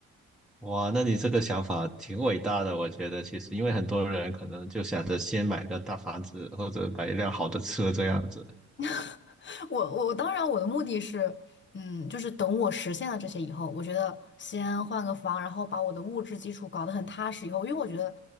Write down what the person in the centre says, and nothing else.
哇，那你这个想法挺伟大的，我觉得其实因为很多人可能就想着先买个大房子或者买一辆好的车这样子。